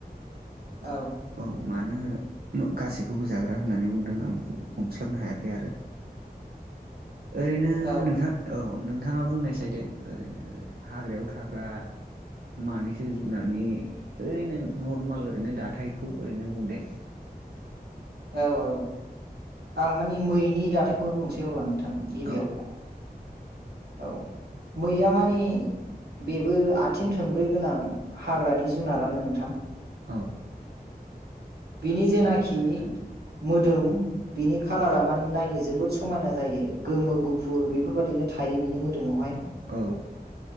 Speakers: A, on the right; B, on the right.
A: औ।
B: औ मानो गासैखौबो जाग्रा होननानै बुंदों आं बेखौ हमस्लाबनो हायाखै आरो।
A: <inaudible>
B: ओरैनो
A: औ
B: नोंथां औ नोंथाङा बुंनायसाय दे ओरैनो हाग्रायाव थाग्रा मानैसो जुनारनि ओरैनो नर्माल ओरैनो दाथायखौ ओरैनो बुं दे।
A: औ औ आं मानि मैनि दाथायखौनो बुंनोसै अब्ला नोंथां गिबियाव।
B: औ
A: औ मैया मानि बेबो आथिं थोंब्रै गोनां हाग्रानि जुनारानो नोंथां
B: औ।
A: बेनि जेनाखि मोदोम बिनि खालारा मानि नायनो जोबोद समायना जायो गोमो गुफुर बेफोरबायदिनो थायो बिनि मोदोमावहाय था
B: औ